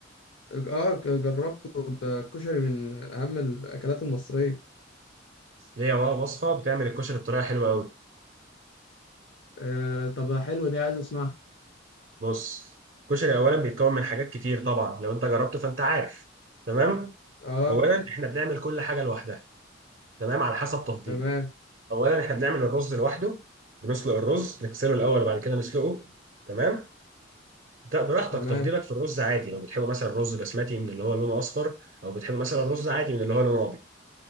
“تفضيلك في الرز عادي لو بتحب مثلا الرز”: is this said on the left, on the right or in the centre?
Right